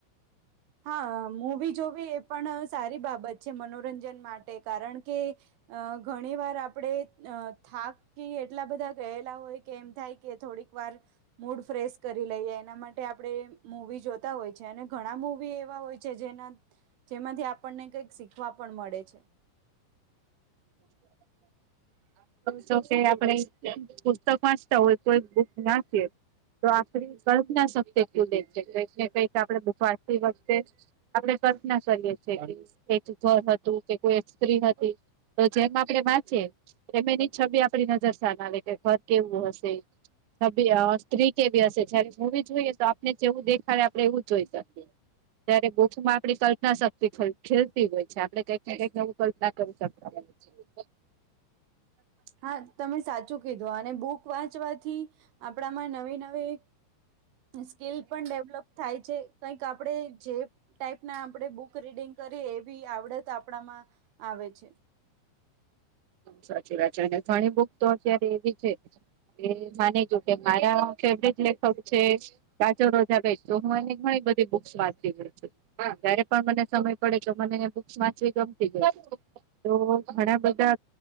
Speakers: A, on the right; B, on the right.
A: હા મૂવી જોવી એ પણ સારી બાબત છે મનોરંજન માટે કારણ કે અ ઘણી વાર આપણેે અ થાક કે એટલા બધા ગયેલા હોય કે એમ થાય કે થોડીક વાર મૂડ ફ્રેશ કરી લઈએ એના માટે આપણે મૂવી જોતા હોય છે અને ઘણા મુવી એવા હોય છે જેના જેમાંથી આપણને કઈક શીખવા પણ મળે છે
B: તો કે આપણે પુસ્તક વાંચતા હોય કોઈ બુક નાખી તો આપડી કલ્પના શક્તિ ખુલે છે કઈક ને કઈક આપડે <unintelligible> વખતે આપડે કલ્પના કરીએ છીએ કે એક ઘર હતું કે કોઈ એક સ્ત્રી હતી તો જેમ આપડે વાંચીએ એમ એની છબી આપડી નજર સામે આવે કે ઘર કેવું હશે ી સ્ત્રી કેવી હશે જયારે મુવી જોઈએ તો આપને જેવું દેખાડે આપડે એવું જોઈ શકીએ ત્યારે બુક માં આપડી કલ્પના શક્તિ ખેલતી હોય છે આપડ કંઈક ને કંઈક નવું કલ્પના કરી શકએ <inaudible>
A: હા તમે સાચું કીધું અને બુક વાંચવાથી આપણામાં નવી નવી સ્કીલ પણ ડેવલોપ થાય છે કઈક આપણેે જે ટાઈપ ના આપણે બુક બુક રીડિંગ કરી એવી આવડત આપણામાં આવે છે
B: સાચી વાત છે અને ઘણી બુક તો અત્યારે એવી છે એ માનીજુ કે મારા ફેવરેટ લેખક છે કાચો રોજા બે તો હું એ ઘણી બધી બુક્સ વાંચી પ છું જયારે પણ મને સમય પડે તો મને બુક્સ વાચવી ગમતી જ હોય છે તો ઘણા બધા